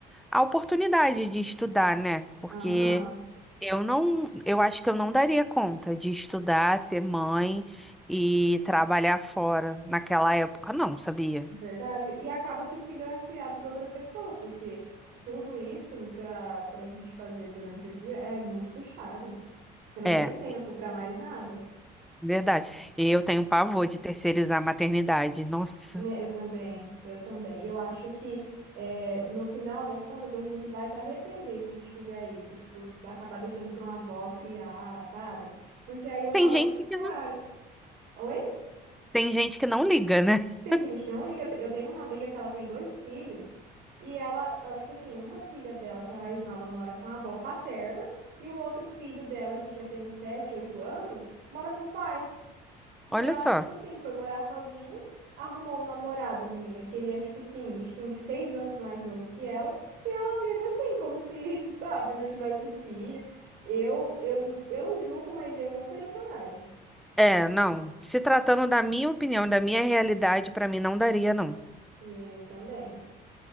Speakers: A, in the centre; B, on the right.
A: a oportunidade de estudar, né? Porque
B: Aham,
A: eu não, eu acho que eu não daria conta de estudar, ser mãe e trabalhar fora naquela época, não, sabia?
B: verdade. E acaba que o filho é criado por outra pessoa, porque tudo isso para para a gente fazer durante o dia é muito puxado. Você não
A: É.
B: tem tempo para mais nada.
A: Verdade. E eu tenho pavor de terceirizar a maternidade. Nossa.
B: Né, Eu também, eu também. Eu acho que é no final das contas a gente vai se arrepender se a gente fizer isso, tipo, acabar deixando para uma avó criar, sabe? Porque aí eu
A: Tem
B: falo,
A: gente que
B: cara,
A: não,
B: oi?
A: tem gente que não liga, né? <laughs>
B: Tem gente que não liga. Eu tenho uma amiga que ela tem dois filhos e ela, ela tipo assim, uma filha dela, que é a mais nova, mora com a avó paterna e o outro filho dela, que já tem sete, oito anos, mora com o pai. E
A: Olha
B: ela,
A: só.
B: tipo assim, foi morar sozinha, arrumou um namorado, menina, que ele é, tipo assim, acho que uns seis anos mais novo que ela, e ela vive assim, como se, <laughs> sabe, não tivesse filho. Eu, eu, eu não julgo, mas eu não teria coragem.
A: É, não. Se tratando da minha opinião, da minha realidade, pra mim não daria, não.
B: Eu também.